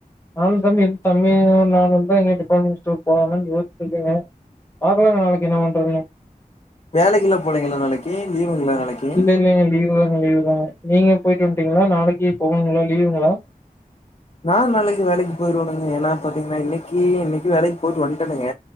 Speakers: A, on the left; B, on the left.
A: நானும் தம்பி தம்பியு நானுந்தா இங்க டிபார்ட்மெண்ட் ஸ்டோர் போலாமனு யோசிச்சிட்டு இருக்கங்க பாக்கலாங்க நாளைக்கு என்ன பண்றதுன்னு
B: வேலைக்கு எல்லா போலங்களா நாளைக்கு லீவுங்கள நாளைக்கு
A: இல்லங்க லீவு இல்லங்க லீவு தா நீங்க போயிட்டு வன்டீங்களா நாளைக்கு போணுங்களா லீவுங்களா
B: நா நாளைக்கு வேலைக்கு போயிடுவணுங்க ஏன்னா பாத்தீங்கன்னா இன்னைக்கி இன்னக்கி வேலைக்கு போயிட்டு வன்டனுங்க